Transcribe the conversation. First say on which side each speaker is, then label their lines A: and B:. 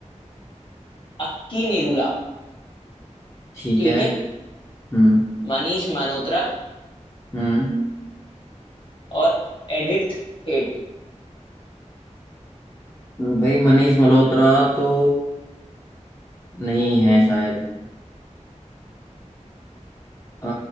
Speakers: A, on the left; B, on the left.
A: अक्की निरूला
B: ठीक
A: ठीक
B: है
A: है
B: हम्म
A: मनीष मल्होत्रा
B: हम्म
A: और एडिथ हेड।
B: भाई मनीष मल्होत्रा तो नहीं है शायद अ,